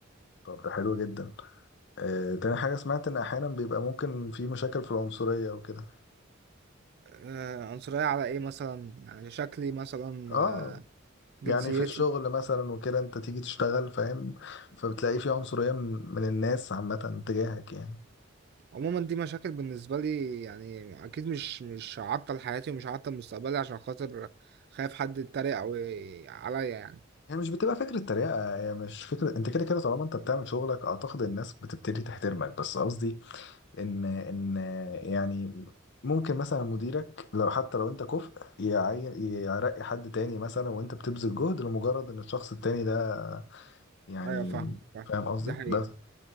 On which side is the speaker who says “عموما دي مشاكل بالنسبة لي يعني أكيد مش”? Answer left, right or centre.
Right